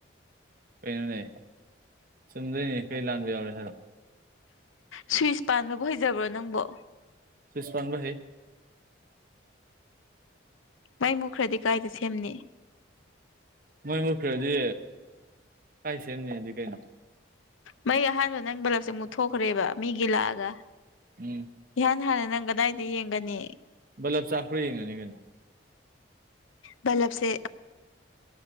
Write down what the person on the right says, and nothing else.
ꯀꯩꯅꯣꯅꯦ ꯆꯨꯝꯗꯣꯏꯅꯦ ꯀꯩ ꯂꯥꯟꯕ ꯌꯥꯎꯔꯦ ꯍꯥꯏꯔꯣ
ꯁ꯭ꯋꯤꯁ ꯄꯥꯟꯕ ꯍꯩ
ꯃꯨ ꯃꯨꯠꯈ꯭ꯔꯗꯤ ꯀꯥꯏ ꯁꯦꯝꯅꯤ ꯍꯥꯏꯗꯤ ꯀꯩꯅꯣ
ꯎꯝ
ꯕꯂꯞ ꯆꯥꯛꯄꯔ ꯌꯦꯡꯒꯅꯤ ꯀꯩꯅꯣ